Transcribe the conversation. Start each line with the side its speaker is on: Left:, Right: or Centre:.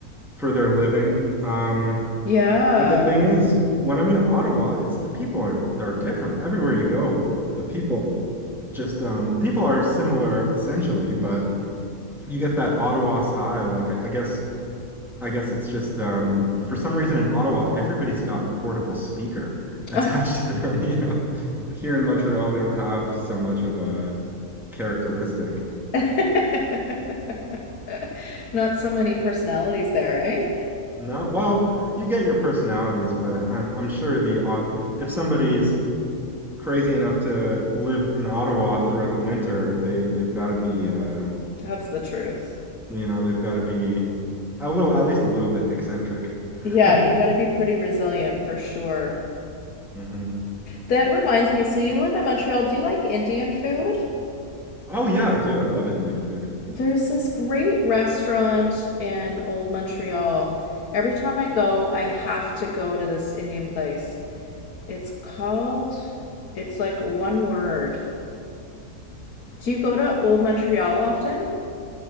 Centre: for their living. Um,
Left: Yeah.
Centre: but the thing is, when I'm in Ottawa, it's the people are they're different. Everywhere you go, the people just um, people are similar essentially, but you get that Ottawa style. Like I, I guess I guess it's just um, for some reason in Ottawa, everybody's got a portable speaker <laughs> attached
Left: Oh.
Centre: to them, you know. Here in Montreal, we don't have so much of a characteristic.
Left: <laughs> Not so many personalities there, eh?
Centre: No, well, you get your personalities, but I'm I'm sure the Ot- if somebody's crazy enough to live in Ottawa throughout the winter, they they've got to be
Left: Mm.
Centre: uh
Left: That's the truth.
Centre: you know, they've got to be a little at least a little bit eccentric.
Left: Yeah,
Centre: <laughs>
Left: you got to be pretty resilient for sure.
Centre: hmm
Left: That reminds me, so you live in Montreal. Do you like Indian food?
Centre: Oh yeah, I do. I love Indian food.
Left: There's this great restaurant in Old Montreal. Every time I go, I have to go to this Indian place. It's called, it's like one word. Do you go to Old Montreal often?